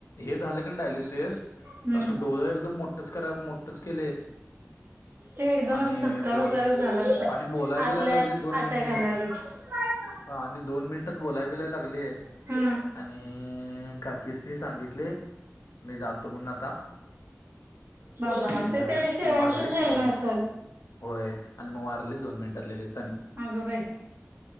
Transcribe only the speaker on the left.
हे झालं कन डायलिसेस
त असं डोळ एकदम मोटच करा मोटच केले.
आणि
बोल
आणि बोलाय
बिलाय लागले
दोन मिनीट.
हा आणि दोन मिनिटात बोलाया बिलाया लागले.
आणि काकीसनी सांगितले मी जातो म्हणून आता.
आणि
झालं
मग वारले
दोन मिनिट
होय आणि म वारले दोन मिनिटात लगेच आणि